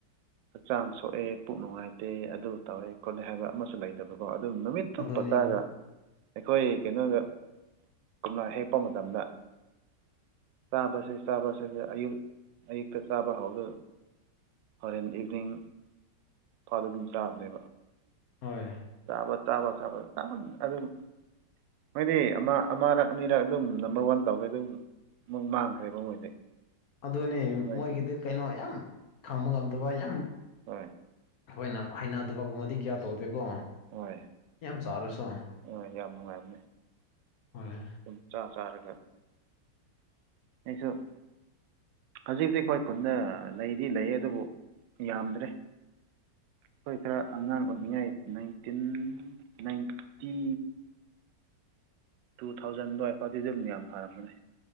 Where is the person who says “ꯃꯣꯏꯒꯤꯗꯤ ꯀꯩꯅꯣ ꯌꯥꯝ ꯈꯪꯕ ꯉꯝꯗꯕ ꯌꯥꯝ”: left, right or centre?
Left